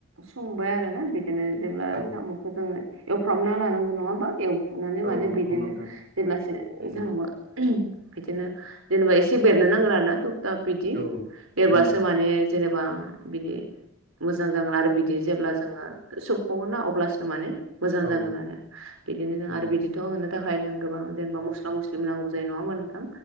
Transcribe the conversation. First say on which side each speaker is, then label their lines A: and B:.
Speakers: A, on the right; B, on the right.
A: संबाय आरोना बिदिनो जेब्ला
B: औ
A: साम' खौ जोङो एवफ्रामना लानांगोन नङा ओमबा? एवफ्रामनानै
B: औ
A: माने
B: नंगौ
A: बिदिनो
B: नोंथां
A: जेब्लासे
B: उम
A: जोंबो बिदिनो जेनेबा एसे बेरनो नांगोन आरोना तुब ताब दा बिदि
B: औ
A: एरबासो
B: उम
A: माने जेनेबा बिदि मोजां जागोन आरो बिदि जेब्ला जोङो सोबख'गोन ना अब्लासो माने मोजां
B: औ
A: जागोन आरो बिदिनो जों
B: उम
A: आरो बिदिथ' होनो थाखाय जों गोबां जेनबा मस्ला मस्लिबो नांगौ जायो नङा ओमबा नोंथां?